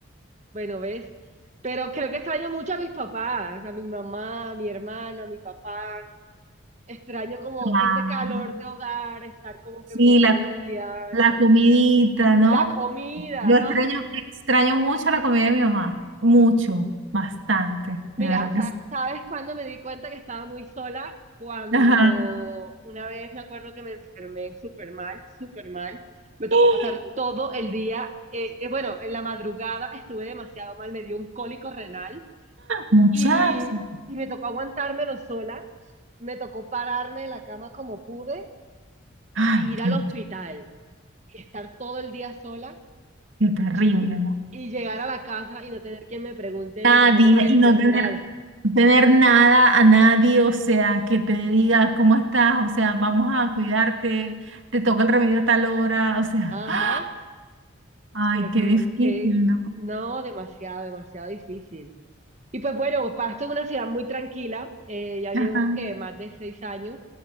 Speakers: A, on the right (about 35°); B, on the right (about 70°).
A: bueno, ¿ves? Pero creo que extraño mucho a mis papás, a mi mamá, a mi hermano, a mi papá. Extraño como
B: Claro.
A: ese calor de hogar, estar como
B: Sí,
A: que en mi familia,
B: la,
A: o
B: la
A: sea,
B: comidita, ¿no?
A: la comida.
B: Yo extraño,
A: ¡ah!
B: extraño mucho la comida de mi mamá, mucho, bastante,
A: Mira,
B: de verdad
A: sa-
B: que sí.
A: ¿sabes cuándo me di cuenta que estaba muy sola? Cuando
B: Ajá.
A: una vez me acuerdo que me enfermé súper mal, súper mal. Me tocó
B: <gasps>
A: pasar todo el día, eh, eh, bueno, en la madrugada estuve demasiado mal, me dio un cólico renal
B: Muchacho.
A: y, y me tocó aguantármelo sola. Me tocó pararme de la cama como pude,
B: Ay,
A: ir al
B: Dios,
A: hospital, estar todo el día sola
B: qué terrible,
A: y
B: ¿no?
A: y llegar a la casa y no tener quien me pregunte,
B: Nadie,
A: mira, ¿cómo te
B: y
A: fue?
B: no tener,
A: Nada.
B: no tener nada a nadie, o sea, que te diga cómo estás, o sea, vamos a cuidarte, te toca el remedio a tal hora, o sea,
A: Ajá.
B: <gasps> ay,
A: Creo
B: qué
A: que,
B: difícil,
A: que
B: ¿no?
A: no, demasiado, demasiado difícil. Y pues bueno, Pasto es una ciudad muy tranquila, eh, ya llevo
B: Ajá.
A: que más de seis años,